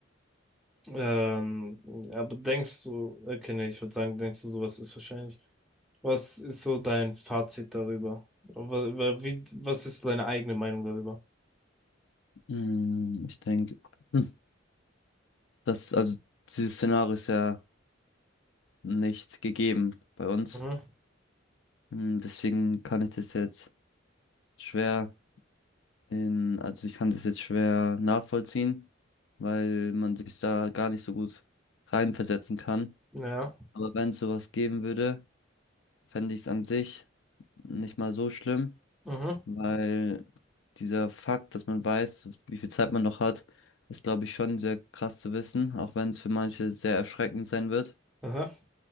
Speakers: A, in the centre; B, on the left.
A: Ähm, aber denkst du, okay, nee, ich würde sagen, denkst du, sowas ist wahrscheinlich. Was ist so dein Fazit darüber? Wa- wa- Wie, was ist so deine eigene Meinung darüber?
B: mm, ich denke, hm, das, also dieses Szenario ist ja nicht gegeben bei uns.
A: Mhm.
B: Hm, Deswegen kann ich das jetzt schwer In, also ich kann das jetzt schwer nachvollziehen, weil man sich da gar nicht so gut reinversetzen kann.
A: Ja.
B: Aber wenn es sowas geben würde, fände ich es an sich nicht mal so schlimm,
A: Mhm.
B: weil dieser Fakt, dass man weiß, wie viel Zeit man noch hat, ist, glaube ich, schon sehr krass zu wissen, auch wenn es für manche sehr erschreckend sein wird.
A: Aha.